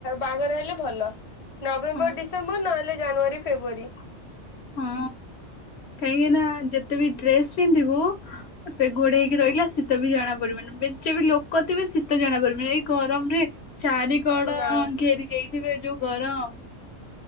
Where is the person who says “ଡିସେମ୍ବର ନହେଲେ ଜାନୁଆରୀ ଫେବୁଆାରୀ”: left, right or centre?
Left